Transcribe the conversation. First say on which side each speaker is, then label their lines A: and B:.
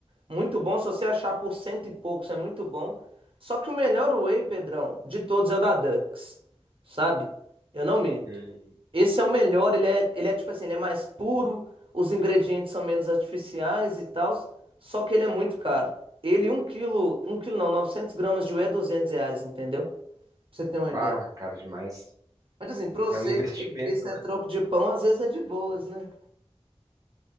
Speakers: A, on the right; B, on the right.
A: Muito bom se você achar por cento e poucos, é muito bom. Só que o melhor whey, Pedrão, de todos é o da Dux, sabe? Eu não minto.
B: Hum,
A: Esse é o melhor, ele é, ele é tipo assim, ele é mais puro, os ingredientes são menos artificiais e tal, só que ele é muito caro. Ele, um quilo, um quilo não, 900 gramas de whey é 200 reais, entendeu? Pra você ter uma ideia.
B: ah, cara, demais.
A: Mas assim, pra você
B: É um investimento,
A: que que isso é
B: né?
A: troco de pão, às vezes é de boas, né?